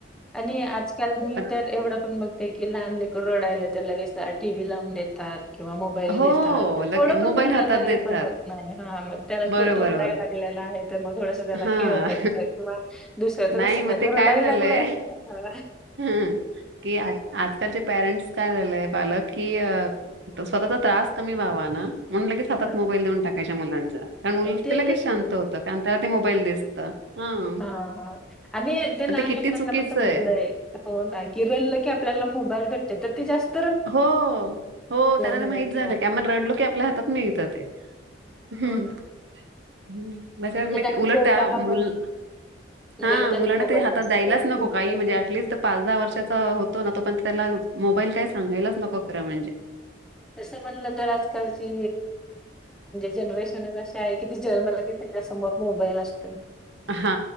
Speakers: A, in the centre; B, on the right.
A: आणि आजकाल मी
B: पण
A: तर एवढं पण बघते. हिला आणले की रडायला येतं लगेच त्याला टी. व्ही लावून देतात. किंवा मोबाईल
B: हो
A: देतात
B: लगे
A: थोडं
B: मोबाईल
A: पण झाललेला
B: हातात देतात.
A: हे पण होत नाही ह मग त्याला
B: बरोबर
A: त तो रडाय
B: बरोबर.
A: लागलेला आहे तर मग थोडस त्याला
B: हां.
A: खेळवायचं किंवा दुसरं तसं
B: नाही मग ते
A: तो
B: काय
A: रडायला
B: झालंय
A: लागलाय ना हां,
B: हं -हं की आजकालचे पॅरेंट्स काय झालंय, पालक की तर स्वतःचा त्रास कमी व्हावा ना. म्हणून लगेच हातात
A: हां,
B: मोबाईल देऊन टाकायच्या मुलांच्या कारण मुल
A: पण ते
B: लगेच शांत होतं कारण त्याला ते मोबाईल दिसतं. हां.
A: हा हा आणि ते
B: पण
A: लहान
B: किती
A: लेकरांना
B: चुकीचं
A: पण समजलंय
B: आहे.
A: हो ना रडलं की आपल्याला मोबाईल भेटतेत. <inaudible>
B: हो. हो. त्यांना ते
A: नाही
B: माहित
A: किंवा
B: झालं की आपण रडलो की आपल्या हातात मिळत ते. हम्म.
A: हो ना.
B: मी
A: म्हणजे त्यांना
B: उलट
A: जेवताना
B: त्या मुलांना
A: पण
B: हा
A: जेवताना
B: मुलांना
A: मोबाईल
B: ते हातात
A: असतोय.
B: द्यायलाच नको
A: खूप
B: काही म्हणजे
A: जणी-
B: ऍटलिस्ट पाच दहा वर्षाचा तो पण त्याला मोबाईल काय <unintelligible> सांगायलाच नको खरं म्हणजे
A: तसं म्हणलं तर आजकालची जनरेशन आहे की कि त्याच्या समोर मोबाईल अस. <unintelligible>
B: हा